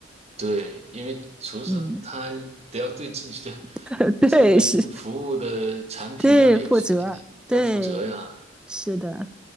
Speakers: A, on the right; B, in the centre.
A: 对，因为厨师他得要对自己的
B: 嗯 <laughs>，对，
A: 这个这服务的产品要有
B: 是，对，负责，对，
A: 要负责呀。
B: 是的，